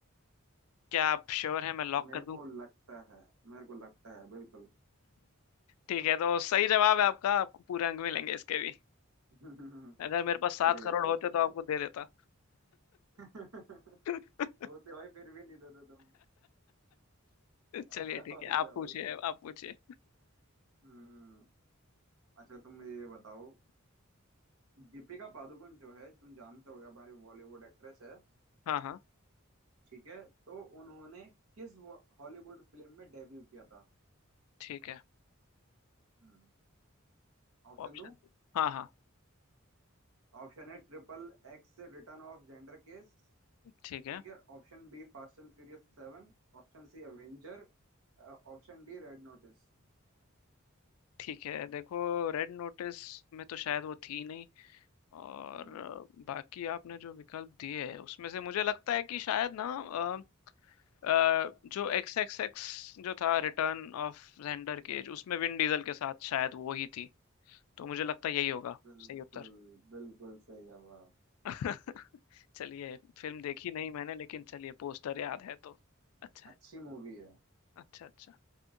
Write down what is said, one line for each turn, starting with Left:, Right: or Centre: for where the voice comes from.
Left: क्या आप श्योर हैं मैं लॉक
Right: मेरे
Left: कर दूं
Right: को लगता है मेरे को लगता है बिल्कुल
Left: ठीक है तो सही जवाब है आपका आपको पूरे अंक मिलेंगे इसके भी
Right: <laughs>
Left: अगर मेरे पास सात
Right: शुक्रिया
Left: करोड़
Right: भाई
Left: होते
Right: शुक्रिया
Left: तो आपको दे देता
Right: <laughs>
Left: <laughs>
Right: होते भाई फिर भी नहीं देते तुम <laughs>
Left: चलिए ठीक
Right: और
Left: है
Right: क्या
Left: आप पूछिए
Right: भाई
Left: आप पूछिए
Right: हम्म अच्छा तुम मुझे ये बताओ दीपिका पादुकोण जो है तुम जानते होगे हमारी बॉलीवुड एक्ट्रेस है
Left: हाँ हाँ
Right: ठीक है तो उन्होंने किस वो- हॉलीवुड फिल्म में डेब्यू किया था
Left: ठीक है
Right: हम्म ऑप्शन
Left: ऑप्शन
Right: दूं
Left: हाँ हाँ
Right: ऑप्शन है ट्रिपल एक्स से रिटर्न ऑफ जेंडर केस
Left: ठीक है
Right: ठीक है Option B फास्ट एंड फ्यूरियस सेवन Option C Avenger Option D रेड नोटिस
Left: ठीक है देखो रेड नोटिस में तो शायद वो थी नहीं और
Right: हाँ
Left: अ, बाकी आपने जो विकल्प दिए हैं उसमें से मुझे लगता है कि शायद ना अ, अ, जो एक्स एक्स एक्स जो था रिटर्न ऑफ जेंडर केज उसमें विन डीजल के साथ शायद वो ही थी तो मुझे लगता है यही होगा
Right: बिल्कुल
Left: सही उत्तर
Right: बिल्कुल सही जवाब
Left: <laughs> चलिए फिल्म देखी नहीं मैंने लेकिन चलिए पोस्टर याद है तो अच्छा
Right: अच्छी
Left: है
Right: मूवी है
Left: अच्छा अच्छा